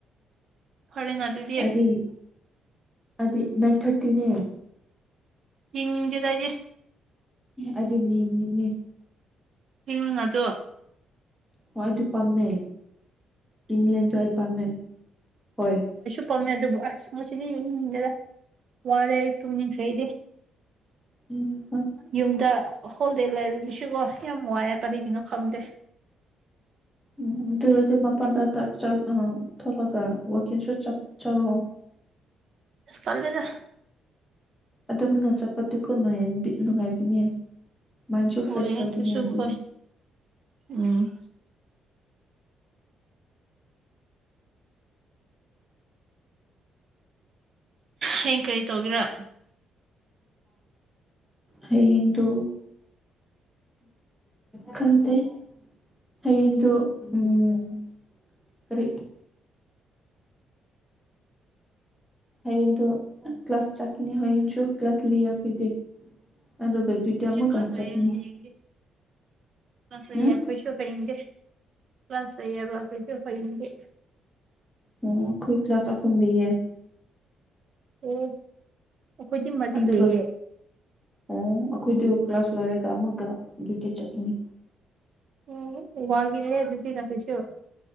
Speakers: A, on the right; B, in the centre.
A: ꯐꯔꯦꯅ ꯑꯗꯨ
B: ꯑꯗꯨꯗꯤ ꯑꯗꯨꯗꯤ ꯅꯥꯏꯟ ꯊꯥꯔꯇꯤꯅꯦ
A: ꯌꯦꯡꯅꯤꯡꯗꯦꯗ ꯑꯩꯗꯤ
B: ꯑꯩꯗꯤ ꯌꯦꯡꯅꯤꯡꯉꯦ
A: ꯍꯤꯡ ꯑꯗꯣ
B: ꯍꯣꯏ ꯑꯗꯨ ꯄꯥꯝꯃꯦ ꯏꯪꯂꯂꯦꯟꯁꯨ ꯑꯩ ꯄꯥꯝꯃꯦ ꯍꯣꯏ
A: ꯄꯝꯃꯦ ꯑꯗꯨꯕꯨ ꯑꯁ ꯉꯁꯤꯗꯤ ꯌꯦꯡꯅꯤꯡꯗꯦꯗ ꯋꯥꯔꯦ ꯑꯩ ꯇꯨꯡꯅꯤꯡꯈ꯭ꯔ ꯑꯩꯗꯤ
B: ꯎꯝ ꯎꯝ
A: ꯌꯨꯝꯗ ꯍꯣꯜꯗꯦ ꯂꯩꯔꯨꯁꯤꯕꯣ ꯌꯥꯝ ꯋꯥꯏꯑꯦ ꯀꯔꯤꯒꯤꯅꯣ ꯈꯪꯗꯦ
B: ꯎꯝ ꯑꯗꯨꯔꯗꯤ ꯃꯄꯥꯟꯗ ꯆꯠꯂꯒ ꯊꯣꯛꯂꯛꯒ ꯋꯥꯛꯀꯤꯡꯁꯨ ꯆꯠ ꯆꯔꯣ
A: ꯇꯂꯦꯗ
B: ꯑꯗꯨ ꯃꯅ ꯆꯠꯄꯗꯨ ꯀꯨ ꯅꯨꯌꯦ ꯅꯨꯡꯉꯥꯏꯕꯤꯅꯦ ꯃꯥꯏꯟꯁꯨ ꯐ꯭ꯔꯦꯁ
A: ꯍꯣꯏ
B: ꯇꯧꯗꯨꯏꯅꯦ
A: ꯑꯗꯨꯁꯨ
B: ꯑꯗꯨꯝ
A: ꯍꯣꯏ ꯎꯝ ꯍꯌꯦꯡ ꯀꯔꯤ ꯇꯧꯒꯔꯥ
B: ꯍꯌꯦꯡꯗꯣ ꯈꯪꯗꯦ ꯍꯌꯦꯡꯗꯨ ꯎꯝ ꯀꯔꯤ? ꯍꯌꯦꯡꯗꯨ ꯀ꯭ꯂꯥꯁ ꯆꯠꯀꯅꯤ ꯍꯌꯦꯡꯁꯨ ꯀ꯭ꯂꯥꯁ ꯂꯩ ꯑꯩꯈꯣꯏꯗꯤ ꯑꯗꯨꯒ ꯗ꯭ꯌꯨꯇꯤ
A: ꯑꯩꯈꯣꯏꯁꯨ
B: ꯑꯃꯨꯛꯀ
A: ꯀ꯭ꯂꯥꯁ
B: ꯆꯠꯀꯅꯤ
A: ꯂꯩꯌꯦ ꯍꯌꯦꯡꯗꯤ ꯀ꯭ꯂꯥꯁ ꯂꯩꯌꯦ
B: ꯎꯝ
A: ꯑꯩꯈꯣꯏꯁꯨ ꯍꯌꯦꯡꯗꯤ꯫ ꯀ꯭ꯂꯥꯁ ꯂꯩꯌꯦꯕ ꯑꯩꯩꯈꯣꯏꯁꯨ ꯍꯌꯦꯡꯗꯤ꯫
B: ꯑꯣ ꯑꯩꯈꯣꯏ ꯀ꯭ꯂꯥꯁ ꯑꯄꯨꯟꯗꯤꯌꯦ꯫
A: ꯑꯣ ꯑꯩꯈꯣꯏꯗꯤ ꯃꯔꯤ
B: ꯑꯗꯨꯒ
A: ꯂꯩꯌꯦ꯫
B: ꯑꯣ ꯑꯩꯈꯣꯏꯗꯨ ꯀ꯭ꯂꯥꯁ ꯂꯣꯏꯔꯒ ꯑꯃꯨꯛꯀ ꯑꯗꯨꯏꯇ ꯆꯠꯀꯅꯤ꯫
A: ꯎꯝ ꯋꯥꯒꯤꯅꯦ ꯑꯗꯨꯗꯤꯅ ꯀꯩꯁꯨ꯫